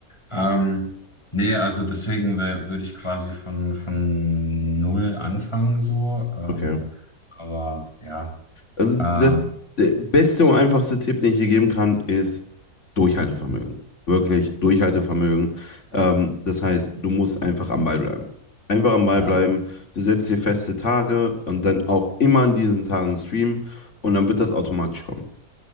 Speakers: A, on the left; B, on the left.
A: Ähm, nee, also deswegen würde ich quasi von, von null anfangen so. Ähm,
B: okay.
A: aber ja.
B: Also
A: Äh,
B: das, der beste und einfachste Tipp, den ich hier geben kann, ist Durchhaltevermögen.
A: hm,
B: Wirklich Durchhaltevermögen. Ähm, das heißt, du musst einfach am Ball bleiben. Einfach am Ball
A: äh, ja.
B: bleiben. Du setzt dir feste Tage und dann auch immer an diesen Tagen streamen und dann wird das automatisch kommen.